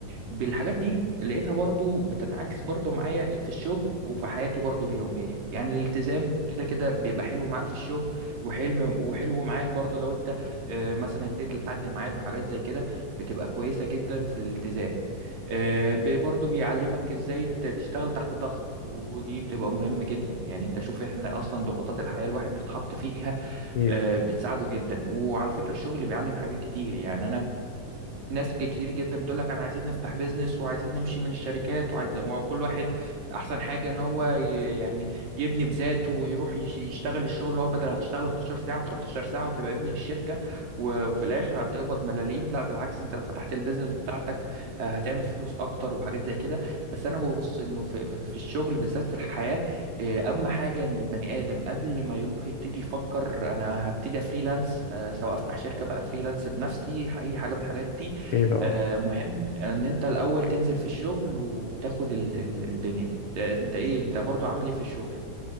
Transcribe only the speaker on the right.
بالحاجات دي لقيتها برضو بتنعكس برضو معايا في الشغل وفي حياتي برضو اليومية يعني الالتزام كده كده بيبقى حلو معاك في الشغل وحلم وحلو معاك برضو لو انت آه، مثلا اديت لحد ميعاد وحاجات زي كده بتبقى كويسة جدا في الالتزام آه، ب- برضو بيعلمك ازاي ت- تشتغل تحت ضغط ودي بتبقى مهمة جدا يعني انت شوف احنا اصلا ضغوطات الحياة الواحد بيتحط فيها
آه،
بتساعده جدا وعلى فكرة الشغل بيعلم حاجات كتير يعني انا ناس كتير جدا بتقول لك انا عايزين نفتح بيزنس وعايزين نمشي من الشركات وعايز وكل واحد احسن حاجه ان هو ي- يعني يبني بذاته ويروح يش- يشتغل الشغل اللي هو بدل هتشتغل 12 ساعه و13 ساعه وتبقى ابن الشركه و- وفي الاخر هتقبض ملاليم لا بالعكس انت لو فتحت البيزنس بتاعتك آه، هتعمل فلوس اكتر وحاجات زي كده بس انا ببص انه في, في, في الشغل بالذات في الحياه آه، اهم حاجه ان البني ادم قبل ما يروح يبتدي يفكر انا هبتدي فريلانس سواء افتح شركه بقى فريلانس بنفسي اي حاجه من الحاجات دي
آه، مهم ان انت الاول تنزل في الشغل وتاخد ال- ال- الدنيا انت انت ايه انت برضو عامل ايه في الشغل